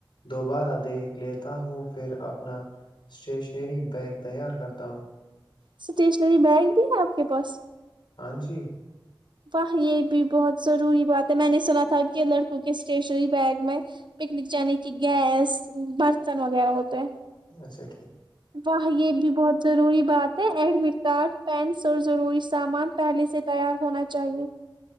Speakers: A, on the left; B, on the right.
A: دوبارہ دیکھ لیتا ہوں پھر اپنا اسٹیشنری بیگ تیار کرتا ہوں
B: اسٹیشنری بیگ بھی ہے آپ کے پاس
A: ہاں جی
B: واہ یہ بھی بہت ضروری بات ہے میں نے سنا تھا کہ لڑکوں کے اسٹیشنری بیگ میں پکنک جانے کی گیس برتن وغیرہ ہوتے ہیں
A: اچا
B: واہ یہ بھی بہت ضروری بات ایڈمٹ کارڈ پینس اور ضروری سامان پہلے سے تیار ہونا چاہیے